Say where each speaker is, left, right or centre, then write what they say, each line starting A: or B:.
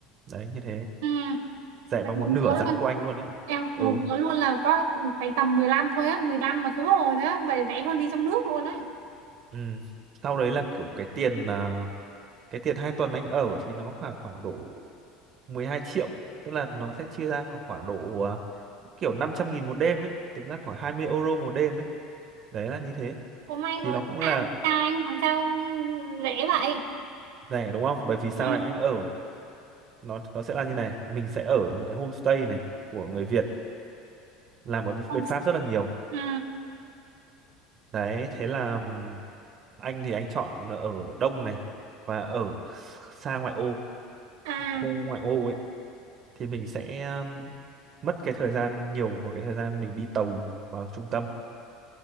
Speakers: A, on the right; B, on the right.
A: đấy như thế
B: ừ
A: rẻ
B: là
A: bằng
B: một
A: một
B: nửa
A: nửa giá
B: luôn
A: của anh luôn đấy
B: em
A: ừ
B: một nửa luôn là có phải tầm 15 thôi á 15 mà khứ hồi đó vậy rẻ hơn đi trong nước luôn á
A: ừ sau đấy là kiểu cái tiền à, cái tiền hai tuần anh ở thì nó khoảng khoảng độ 12 triệu tức là nó sẽ chia ra khoảng khoảng độ à, kiểu 500 nghìn một đêm ấy tính là khoảng 20 euro một đêm ấy đấy là như thế
B: ôm anh
A: thì
B: ở
A: nó cũng
B: khách
A: là
B: sạn sao anh mà sao rẻ vậy
A: rẻ đúng không bởi vì sao
B: ừ
A: anh ở nó nó sẽ là như này mình sẽ ở một cái homestay này của người Việt làm ở
B: không
A: bên Pháp
B: s-
A: rất là nhiều
B: ừ
A: đấy thế là ừm, anh thì anh chọn là ở đông này và ở xa ngoại ô
B: à
A: khu ngoại ô ấy thì mình sẽ um, mất cái thời gian nhiều vào cái thời gian mình đi tàu vào trung tâm